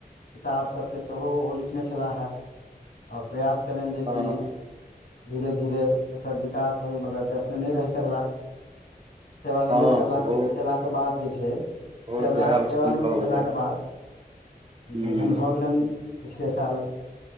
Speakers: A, on the left (about 80°); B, on the right (about 35°).
A: किताब सभके सेहो ओहो लिखने छलैहै आओर प्रयास कयलनि जेकि
B: हँ
A: धीरे धीरे एकर विकास होइ मगर अपने नहि रहि सकला सेवानिवृत
B: हँ
A: करलाके
B: ओहो
A: केलाके बाद जे छै
B: ओहो
A: सेवा
B: देहावसान
A: सेवानिवृत
B: भऽ गेलनि
A: भेलाके बाद
B: हूँ
A: निधन भऽ गेलन पिछले साल